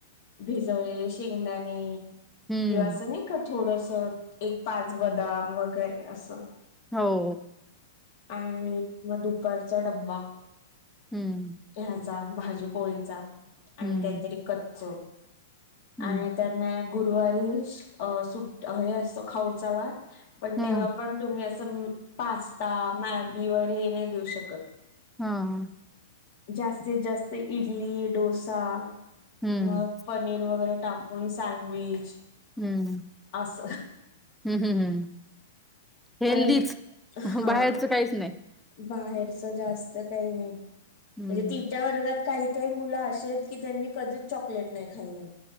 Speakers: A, on the left (about 55°); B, in the centre.
A: भिजवलेले शेंगदाणे.
B: हम्म
A: किंवा असं नी का थोडस. एक पाच बदाम वगैरे असं.
B: हो.
A: आणि म दुपारचा डब्बा.
B: हम्म.
A: ह्याचा, भाजीपोळीचा. आणि
B: हम्म
A: काहीतरी कच्च.
B: हम्म
A: आणि त्यांना गुरुवारी सुट हे असतो. खाऊचा वार. पण
B: हम्म
A: तेव्हा पण तुम्ही असं पास्ता मॅगी वगैरे हे नाही देऊ शकत.
B: ह ह.
A: जास्तीत जास्त इडली, डोसा
B: हम्म
A: मग पनीर वगैरे टाकून सँडविच.
B: हम्म हम्म.
A: अस,
B: हम्म हम्म हेल्दीच
A: पण, हा.
B: बाहेरचं काहीच नाही
A: बाहेरच जास्त काही नाही. म्हणजे
B: हम्म
A: तिच्या वर्गात काही काही मुलं अशेयेत की, त्यांनी कधीच चॉकलेट नाही खाल्लं.